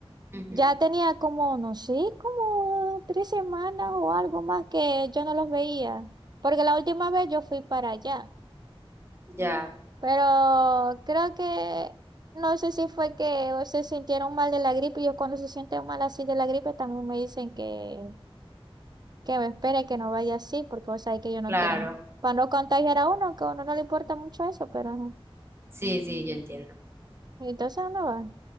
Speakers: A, on the right; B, on the right.
A: Ujú,
B: ya tenía como, no sé, como tres semanas o algo más que yo no los veía, porque la última vez yo fui para allá.
A: Ya,
B: Pero creo que, no sé si fue que se sintieron mal de la gripe, y yo cuando se sienten mal así de la gripe también me dicen que, que me espere, que no vaya así, porque vos sabés que ellos no
A: claro,
B: quieren, para no contagiar a uno, que a uno no le importa mucho eso, pero no.
A: sí, sí, yo entiendo.
B: Entonces no va.